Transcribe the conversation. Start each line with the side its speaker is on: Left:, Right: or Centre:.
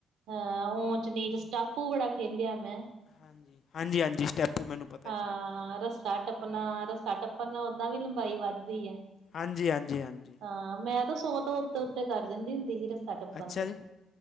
Right: ਹਾਂ ਊਚ ਨੀਚ ਸਟਾਪੂ ਬੜਾ ਖੇਲਿਆ ਮੈਂ।
Left: ਹਾਂਜੀ, ਹਾਂਜੀ-ਹਾਂਜੀ। ਸਟੈਪੂ ਮੈਨੂੰ ਪਤਾ
Right: ਹਾਂ
Left: ਹੈ ਸਟੈਪੂ
Right: ਰੱਸਾ ਟੱਪਣਾ ਰੱਸਾ ਟੱਪਣ ਓਦਾਂ ਵੀ ਲੰਬਾਈ ਵੱਧਦੀ ਐ।
Left: ਹਾਂਜੀ ਹਾਂਜੀ ਹਾਂਜੀ
Right: ਹਾਂ ਮੈਂ ਤਾਂ ਸੋ ਤੋਂ ਉੱਤੇ-ਉੱਤੇ ਕਰ ਜਾਂਦੀ ਹੁੰਦੀ ਸੀ ਰੱ ਸਾ ਟਅਪ
Left: ਅੱਛਾ
Right: ਤੇ
Left: ਜੀ